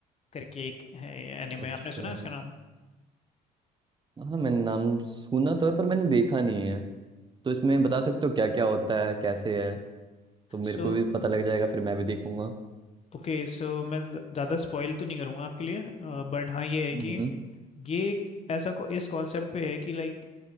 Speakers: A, on the left (about 40°); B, on the right (about 25°).
A: करके एक है ये एनिमे
B: अच्छा
A: आपने सुना है इसका नाम
B: हाँ मैंने नाम सुना तो है पर मैंने देखा नहीं है तो इसमें बता सकते हो क्या क्या होता है कैसे है तो मेरे
A: सो
B: को भी पता लग जाएगा फिर मैं भी देखूंगा
A: ओके सो मैं ज़्यादा स्पॉइल तो नहीं करूँगा आपके लिए बट हाँ ये है
B: हम्म
A: कि ये एक ऐसा को, इस कॉन्सेप्ट पे है कि लाइक